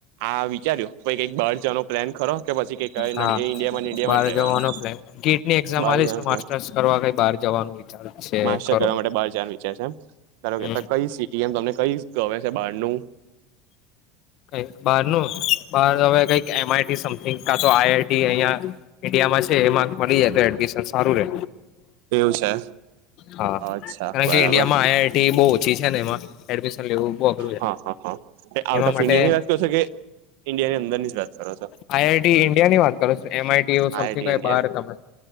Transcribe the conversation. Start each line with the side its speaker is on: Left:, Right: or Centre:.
Right: આ વિચાર્યું પ કઈક બહાર જવાનો પ્લાન કરો કે પછી કઈક ઇન્ડિયા
Left: હા
Right: માં ઇન્ડિયામાં
Left: બહાર
Right: જ રહેવાનું?
Left: જવાનો પ્લાન ગેટની એક્ઝામ
Right: બાર
Left: આલીશ
Right: જણ
Left: ને
Right: છે
Left: માસ્ટર્સ કરવા કઈ બહાર જવાનું વિચાર છે
Right: માસ્ટર
Left: ખરો
Right: કરવા માટે બાર જણ વિચાર છે એમ. ધારો કે
Left: હમ
Right: કઈ સિટી એમ તમને કઈ ગમે છે. બહારનુંું
Left: કઈક બહાર નું બહાર હવે કઈક એમ આઈટી સમથિંગ કા તો આઈઆઈટી અિયા ઇન્ડિયામાં છે એમાં મળી જાય તો એડમિશન સારું રે.
Right: એવું છે
Left: હા
Right: અચ્છા
Left: કારણ
Right: બરાબર
Left: કે ઈન્ડિયામાં આઈઆઈટી બહુ ઓછી છે ને એમાં એડમિશન લેવું બહુ અઘરું છે.
Right: હા હા હા એ આઉટ
Left: એના
Right: ઓફ
Left: માટે
Right: ઇન્ડિયા ની વાત કરો છો કે ઇન્ડિયા ની અંદર ની જ વાત કરો છો?
Left: આઈઆઈટી ઇન્ડિયા ની વાત કરો છો. એમ આઈટી એવું
Right: આઈઆઈટી
Left: સમથિંગ હોય
Right: ઇન્ડિયા
Left: બહાર તમે